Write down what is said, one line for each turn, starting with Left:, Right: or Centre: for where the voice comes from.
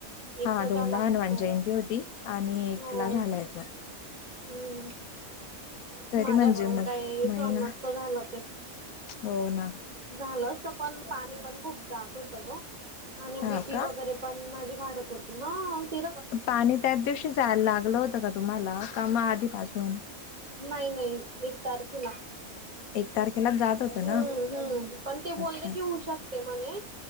Right: एकदा
Left: हा
Right: झाला
Left: दोनला
Right: मग
Left: हनुमान
Right: तो
Left: जयंती होती. ती आणि
Right: हो.
Left: एक ला झालाय तो.
Right: हम्म
Left: तरी
Right: माझ्याकडून
Left: म्हणजे मग
Right: काही
Left: महिना
Right: सण नसत झालं ते
Left: हो ना
Right: झालं तर पण पाणी पण खूप जात होत ग आणि बीपी
Left: हा का
Right: वगैरे पण माझी वाडत होती ह ति
Left: पाणी त्याच दिवशी जायला लागलं होतं का तुम्हाला का मग आधीपासून
Right: नाही नाही एक तारखेला
Left: एक तारखेलाच जात होतं
Right: हम्म
Left: ना
Right: हम्म पण ते बोलणे
Left: अच्छा
Right: घि होऊ शकते म्हणे